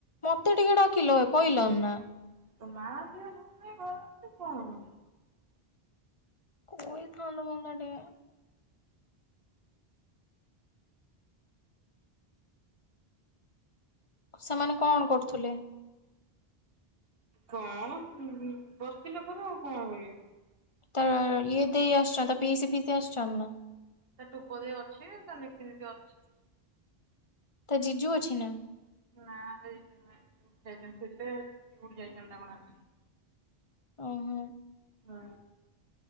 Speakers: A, on the left (about 35°); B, on the right (about 65°).
A: ମତେ, ଟିକେ ଡାକିଲ, କହିଲନ ନା ୲
B: ତ ମା ଦିଅ ଭୁଲରେ ଘର ଅଛି କଣ
A: କୋଇ ଥା ଲ ମଙ୍ଗ ଟ ସେମାନେ କଣ, କରୁଥିଲେ?
B: କଣ, ବସି ଥିଲେ ଉପରେ ୲ଆଉ କଣ, କରିବେ?
A: ତା, ଇଏ ଦେଇ ଆସିଛନ୍ତି ୲ତା ପିଇସି, ଫିଇସି ଆସିଛନ୍ତି, ନା?
B: ତା ଟୋପ ଦେଇ, ଅଛି ତା, ନିକି ଦିଦି, ଅଛି ୲
A: ତା, ଜିଜୁ ଅଛି ନା?
B: ନାଠ ଯାଇଛନ୍ତି ଥିଲେଠ ଯାଇଛନ୍ତି ନା କଣ ଆସି
A: ଓହୋ ୲
B: ହଁ,